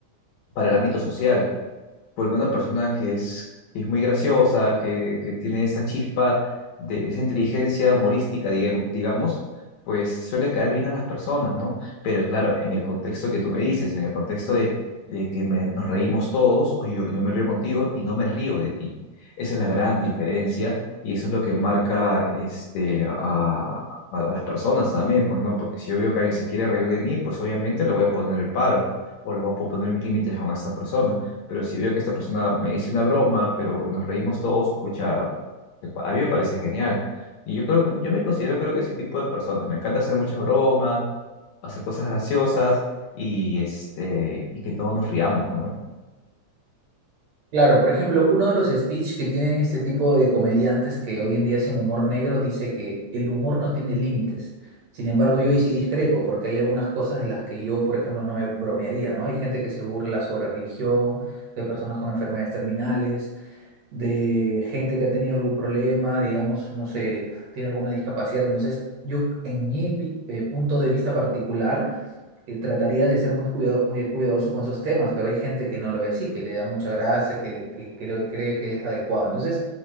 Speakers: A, on the left; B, on the right.
A: para el ámbito social porque una persona que es, que es muy graciosa, que, que tiene esa chispa de esa inteligencia humorística, digam- digamos, pues suele caer bien a las personas, ¿no? Pero claro, en el contexto que tú me dices, en el contexto de, de que me- nos reímos todos, o yo, yo me río contigo y no me río de ti. Esa es la gran diferencia y eso es lo que marca este, a, a a las personas también, pues, ¿no? Porque si yo veo que alguien se quiere reír de mí, pues obviamente le voy a poner el paro o le voy a poner mis límites a esa persona. Pero si veo que esta persona me dice una broma, pero nos reímos todos, pucha, a mí me parece genial. Y yo creo que, yo me considero creo que ese tipo de personas. Me encanta hacer muchas bromas, hacer cosas graciosas y este, y que todos nos riamos, pues, ¿no?
B: Claro, por ejemplo, uno de los speech que tienen este tipo de comediantes que hoy en día hacen humor negro dice que el humor no tiene límites. Sin embargo, yo ahí sí discrepo, porque hay algunas cosas de las que yo, por ejemplo, no me bromearía, ¿no? Hay gente que se burla sobre religión, de personas con enfermedades terminales, de gente que ha tenido algún problema, digamos, no sé, tiene alguna discapacidad. Entonces, yo, en mi vi- eh, punto de vista particular, eh, trataría de ser muy cuidado, muy cuidadoso con esos temas, pero hay gente que no lo ve así, que le da mucha grasa, que, le- que creo- cree que es adecuado. Entonces,